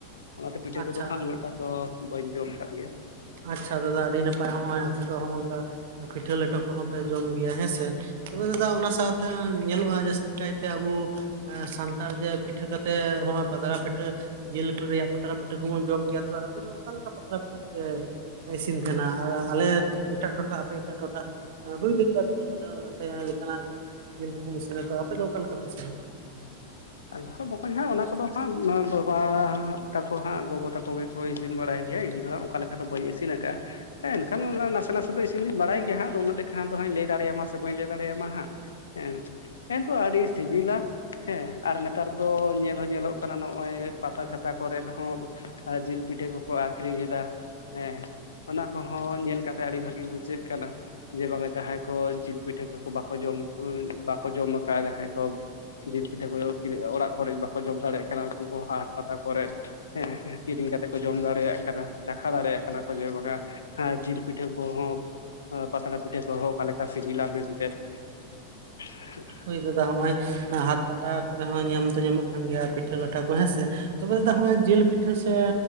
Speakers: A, on the left; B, on the right.
A: ᱚᱱᱟᱛᱮ ᱯᱤᱴᱷᱟᱹ
B: ᱟᱪᱪᱷᱟ
A: ᱠᱚᱫᱚ ᱦᱟᱸᱜ ᱩᱱᱟᱹᱜ ᱴᱟᱜ ᱫᱚ ᱵᱟᱹᱧ ᱡᱚᱢ ᱟᱠᱟᱫ ᱜᱮᱭᱟ᱾
B: ᱟᱪᱪᱷᱟ ᱫᱟᱫᱟ ᱟᱹᱰᱤ ᱱᱟᱯᱟᱭ ᱦᱚᱜᱼᱚᱭ ᱟᱯᱮ ᱫᱚ ᱦᱚᱜᱼ ᱱᱚᱝᱠᱟ ᱯᱤᱴᱷᱟᱹ ᱞᱮᱴᱚ ᱠᱚᱦᱚᱸ ᱯᱮ ᱡᱚᱢ ᱜᱮᱭᱟ ᱦᱮᱸ ᱥᱮ ᱛᱚᱵᱮ ᱫᱟᱫᱟ ᱚᱱᱟ ᱥᱟᱶᱛᱮ ᱧᱮᱞᱚᱜᱼᱟ ᱡᱟᱹᱥᱛᱤ ᱠᱟᱭᱛᱮ ᱟᱵᱚ ᱥᱟᱱᱛᱟᱲ ᱡᱮ ᱯᱤᱴᱷᱟᱹ ᱠᱟ ᱠᱟᱛᱮᱫ ᱱᱚᱣᱟ ᱯᱟᱛᱲᱟ ᱯᱤᱴᱷᱟᱹ ᱡᱤᱞ ᱩᱛᱩ ᱨᱮᱭᱟᱜ ᱯᱟᱛᱲᱟ ᱯᱟᱹᱴᱷᱟᱹ ᱠᱚᱵᱚᱱ ᱡᱚᱢ ᱜᱮᱭᱟ ᱛᱚᱵᱮ ᱟᱯᱮ ᱫᱚ ᱚᱱᱠᱟᱮ ᱞᱮᱠᱟ ᱯᱟᱛᱲᱟ ᱯᱤᱴᱷᱟᱹ ᱯᱮ? ᱤᱥᱤᱱ ᱛᱟᱦᱮᱱᱟ, ᱟᱨ ᱟᱞᱮ ᱮᱴᱟᱜ ᱴᱚᱴᱷᱟ ᱟᱯᱮ ᱮᱴᱟᱜ ᱴᱚᱴᱷᱟ ᱦᱩᱭ ᱫᱟᱲᱮᱭᱟᱜᱼᱟ ᱞᱮᱠᱟᱱᱟᱜ ᱡᱤᱞ ᱠᱚᱵᱚᱱ ᱤᱥᱤᱱᱟ ᱛᱚ ᱟᱯᱮ ᱫᱚ ᱚᱠᱟ ᱞᱮᱠᱟ ᱯᱮ ᱤᱥᱤᱱᱟ?
A: ᱟ ᱵᱟᱠᱚᱧ ᱦᱟᱸᱜ ᱚᱱᱟ ᱠᱚᱫᱚ ᱦᱟᱸᱜ ᱵᱟᱵᱟ ᱛᱟᱠᱚ ᱦᱟᱸᱜ ᱜᱚ ᱜᱚ ᱛᱟᱠᱚ ᱜᱮᱠᱚ ᱤᱥᱤᱱ ᱵᱟᱲᱟᱭ ᱜᱮᱭᱟ ᱤᱧ ᱫᱚ ᱦᱟᱸᱜ ᱚᱱᱠᱟ ᱞᱮᱠᱟ ᱫᱚ ᱵᱟᱹᱧ ᱤᱱ ᱟᱠᱟᱫᱼᱟ᱾ ᱦᱮᱸᱱᱠᱷᱟᱱ ᱱᱟᱥᱮ ᱱᱟᱥᱮ ᱫᱚ ᱤᱱᱧ ᱵᱟᱭ ᱜᱮ ᱦᱟᱸᱜ ᱟ ᱩᱱᱟᱹᱜ ᱞᱮᱠᱟᱠᱷᱟᱱ ᱫᱚ ᱦᱟᱜ ᱞᱟᱹᱭ ᱫᱮᱭᱟᱢᱟ ᱥᱮ ᱵᱟᱹ ᱞᱟᱹᱭ ᱫᱟᱲᱮᱭᱟᱢᱟ ᱦᱟᱸᱜ, ᱦᱮᱸ ᱠᱤᱱᱛᱩ ᱟᱹᱰᱤ ᱥᱤᱵᱤᱞᱟ ᱦᱮᱸ ᱾ ᱟᱨ ᱱᱮᱛᱟᱨ ᱫᱚ ᱧᱮᱞ ᱦᱚᱸ ᱧᱮᱞᱚᱜ ᱠᱟᱱᱟ, ᱱᱚᱜᱼᱚᱭ ᱯᱟᱛᱟ ᱪᱷᱟᱛᱟ ᱠᱚᱨᱮᱜ ᱦᱚᱸ ᱟᱨ ᱡᱤᱞ ᱯᱤᱴᱷᱟᱹ ᱠᱚᱠᱚ ᱟᱠᱷᱨᱤᱧ ᱮᱫᱟ ᱾ ᱦᱮᱸ ᱚᱱᱟ ᱠᱚᱦᱚᱸ ᱧᱮᱞ ᱠᱟᱛᱮᱜ ᱟᱹᱰᱤ ᱵᱷᱟᱹᱜᱤ ᱵᱩᱡᱷᱟᱹᱜ ᱠᱟᱱᱟ ᱾ ᱡᱮ ᱵᱟᱝ ᱡᱟᱦᱟᱸᱭ ᱠᱚ ᱡᱤᱞ ᱯᱤᱴᱷᱟᱹ ᱠᱚ ᱵᱟᱠᱚ ᱡᱚᱢ ᱵᱟᱠᱚ ᱡᱚᱢ ᱟᱠᱟᱫᱟ ᱡᱟᱦᱟᱸᱭ ᱠᱚ᱾ ᱡᱤᱞ ᱯᱤᱴᱷᱟᱹ ᱠᱚ ᱚᱲᱟᱜ ᱠᱚᱨᱮᱜ ᱵᱟᱠᱚ ᱡᱚᱢ ᱫᱟᱲᱮᱭᱟᱜ ᱠᱟᱱᱟ ᱩᱱᱠᱩ ᱠᱚ ᱦᱟᱴ ᱯᱟᱛᱟ ᱠᱚᱨᱮᱫ, ᱦᱮᱸ ᱠᱤᱨᱤᱧ ᱠᱟᱛᱮ ᱠᱚ ᱡᱚᱢ ᱫᱟᱲᱮᱭᱟᱜ ᱠᱟᱱᱟ ᱾ ᱪᱟᱠᱷᱟ ᱫᱟᱲᱮᱭᱟᱜ ᱠᱟᱱᱟ ᱠᱚ ᱡᱮ ᱵᱟᱝᱟ ᱦᱮᱸ ᱡᱤᱞ ᱯᱤᱴᱷᱟᱹ ᱠᱚᱦᱚᱸ ᱯᱟᱛᱲᱟ ᱯᱤᱴᱷᱟᱹ ᱠᱚᱦᱚᱸ ᱚᱠᱟ ᱞᱮᱠᱟ ᱥᱤᱵᱤᱞᱟ ᱢᱮᱱᱛᱮ ᱾ <unintelligible>
B: ᱦᱩᱭ ᱫᱟ ᱱᱚᱜᱼᱚᱭ ᱦᱟᱴ ᱯᱟᱛᱟ ᱠᱚᱨᱮ ᱦᱚᱸ ᱧᱟᱢ ᱫᱚ ᱧᱟᱢᱚᱜ ᱠᱟᱱ ᱜᱮᱭᱟ ᱯᱤᱴᱷᱟᱹ ᱞᱟᱴᱷᱟ ᱠᱚ ᱦᱮᱸᱥᱮ ᱾ ᱛᱚᱵᱮ ᱛᱮᱫᱚ ᱱᱚᱜᱼᱚᱭ ᱡᱤᱞ ᱯᱤᱴᱷᱟᱹ ᱥᱮ